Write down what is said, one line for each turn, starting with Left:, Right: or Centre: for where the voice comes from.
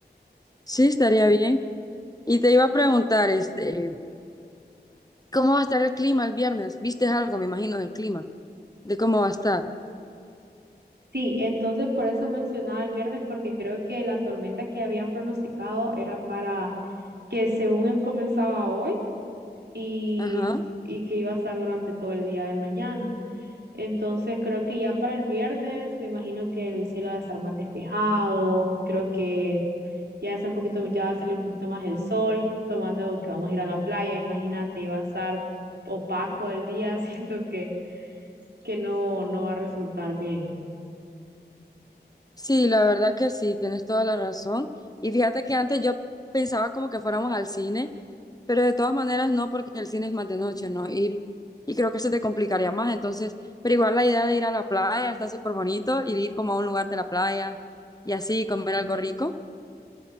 Left: Sí, estaría bien. Y te iba a preguntar, este, ¿cómo va a estar el clima el viernes? ¿Viste algo, me imagino, del clima? De cómo va a estar.
Right: Sí, entonces por eso mencionaba el viernes, porque creo que la tormenta que habían pronosticado era para que según em- comenzaba hoy y,
Left: Ajá.
Right: y que iba a estar durante todo el día de mañana. Entonces creo que ya para el viernes me imagino que el cielo va a estar más despejado, creo que Ya va un poquito, ya va a salir un poquito más el sol, tomando que vamos a ir a la playa, imagínate, iba a estar opaco el día, <laughs> siento que, que no, no va a resultar bien.
Left: Sí, la verdad que sí, tienes toda la razón. Y fíjate que antes yo pensaba como que fuéramos al cine, pero de todas maneras no, porque el cine es más de noche, ¿no? Ir. Y creo que se te complicaría más. Entonces, pero igual la idea de ir a la playa está súper bonito, ir, ir como a un lugar de la playa y así comer algo rico.